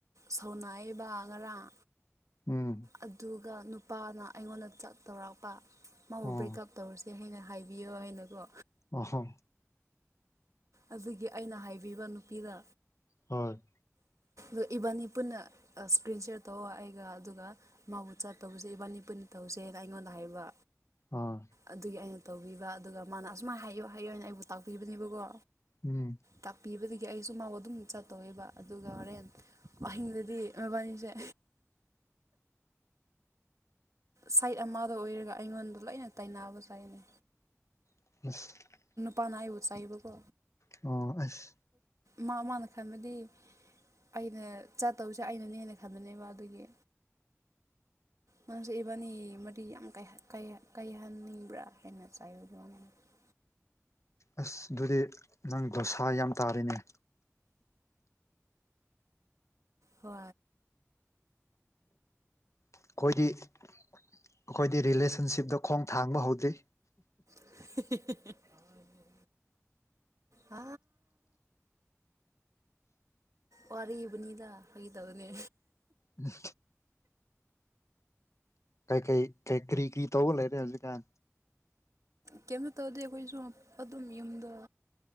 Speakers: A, on the right; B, on the left.
A: ꯁꯥꯎꯅꯥꯏꯕ ꯉꯔꯥꯡ
B: ꯎꯝ
A: ꯑꯗꯨꯒ ꯑꯗꯨꯒꯒ ꯅꯨꯄꯥꯅ ꯑꯩꯉꯣꯟꯗ ꯆꯥꯛ ꯇꯧꯔꯛꯄ ꯃꯥꯕꯨ
B: ꯑꯣ
A: ꯕ꯭ꯔꯦꯛꯀꯑꯞ ꯇꯧꯔꯁꯦ ꯍꯥꯏꯅ ꯍꯥꯏꯕꯤꯌꯣ ꯍꯥꯏꯅꯀꯣ
B: ꯑꯣꯍꯣ
A: ꯑꯗꯨꯒꯤ ꯑꯩꯅ ꯍꯥꯏꯕꯤꯕ ꯅꯨꯄꯤꯗꯥ
B: ꯍꯣꯏ
A: ꯑꯣ ꯏꯕꯥꯅꯤ ꯄꯨꯟꯅ ꯏꯁꯀ꯭ꯔꯤꯟ ꯁꯤꯦꯌꯥꯔ ꯇꯧ ꯑꯩꯒ ꯑꯗꯨꯒ ꯃꯥꯕꯨ ꯆ ꯇꯧꯕꯁꯦ ꯏꯕꯥꯅꯤ ꯄꯨꯟꯅ ꯇꯧꯁꯦꯅ ꯑꯩꯉꯣꯟꯗ ꯍꯥꯏꯕ
B: ꯑꯥ
A: ꯑꯗꯨꯒꯤ ꯑꯩꯅ ꯇꯧꯕꯤꯕ ꯑꯗꯨꯒ ꯃꯥꯅ ꯑꯁꯨꯃꯥꯏꯅ ꯍꯥꯏꯌꯨ ꯍꯥꯏꯌꯨꯑꯣ ꯑꯣꯏꯅ ꯑꯩꯕꯨ ꯇꯥꯛꯄꯤꯕꯅꯦꯕꯀꯣ
B: ꯎꯝ
A: ꯇꯥꯛꯄꯤꯕꯗꯒꯤ ꯑꯩꯁꯨ ꯃꯥꯎ ꯑꯗꯨꯝ ꯆꯠꯇꯧꯋꯦꯕ ꯑꯗꯨꯒ ꯍꯣꯔꯦꯟ ꯋꯥꯍꯤꯡꯗꯗꯤ ꯐ ꯃ ꯄꯅꯤꯁꯦ ꯁꯥꯏꯠ ꯑꯃꯗ ꯑꯣꯏꯔꯒ ꯑꯩꯉꯣꯟꯗ ꯂꯣꯏꯅ ꯇꯩꯅꯕ ꯆꯥꯏꯅꯅꯤ
B: ꯁ
A: ꯄꯅꯥꯏꯕꯨ ꯆꯥꯏꯕ ꯀꯣ
B: ꯑꯣ ꯑꯁ
A: ꯃꯥ ꯃꯥꯅ ꯈꯟꯕꯗꯤ ꯑꯩꯅ ꯆꯠꯇꯧꯁꯦ ꯑꯩꯅꯅꯦꯅ ꯈꯟꯕꯅꯦꯕ ꯑꯗꯨꯒꯤ ꯅꯪꯁꯨꯑꯕꯥꯅꯤ ꯃꯗꯤ ꯌꯥꯝ ꯀꯥꯏꯍꯟꯅꯤꯡꯕ꯭ꯔꯥ ꯍꯥꯏꯅ ꯆꯥꯏꯨ ꯑꯗꯨꯅ <unintelligible>
B: ꯑꯁ ꯑꯗꯨꯗꯤ ꯅꯪ ꯗꯣꯁꯥ ꯌꯥꯝ ꯇꯥꯔꯤꯅꯦ
A: ꯍ
B: ꯑꯩꯈꯣꯏꯗꯤ ꯑꯩꯈꯣꯏꯗꯤ ꯔꯤꯂꯦꯁꯟꯁꯤꯞꯇ ꯈꯣꯡ ꯊꯥꯡꯕ ꯍꯧꯗ꯭ꯔꯤ
A: <unintelligible> ꯑ ꯋꯥꯔꯤꯕꯅꯤꯗ ꯍ ꯇ ꯑꯗꯨꯅꯦ
B: ꯎꯝ ꯀꯩ ꯀꯩ ꯀꯩ ꯀ꯭ꯔꯤ ꯀ꯭ꯔꯤ ꯇꯧꯒ ꯂꯩꯔꯦ ꯍꯧꯖꯤꯛꯀꯥꯟ
A: ꯀꯩꯝꯣ ꯇꯧꯔꯗꯤ ꯑꯩꯈꯣꯏꯁꯨ ꯑꯗꯨꯝ ꯌꯨꯝꯗ